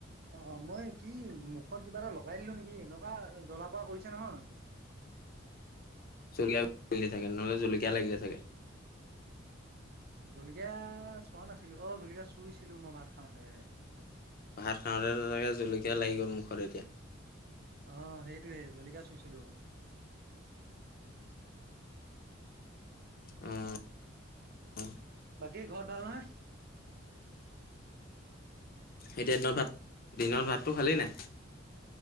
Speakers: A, on the right; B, on the left.
A: অ মই কি মুখত কিবা এটা লগাই দিলো নেকি এনেকুৱা জ্বলা পোৰা কৰিছে নহয়।
B: জলকীয়া লাগিলে চাগে নহ'লে জলকীয়া লাগিলে চাগে।
A: জলকীয়া চোৱা নাছিলো অ জলকীয়া চুইছিলো মই ভাত খাওঁতে
B: ভাত খাওঁতে তোৰ চাগে জলকীয়া লাগি গ'ল মুখত এতিয়া
A: অ সেইটোয়ে জলিকীয়া চুইছিলো।
B: অ
A: বাকী ঘৰত ভাল নহয়।
B: এতিয়া দিনত ভাত দিনত ভাতটো খালি
A: অ
B: নে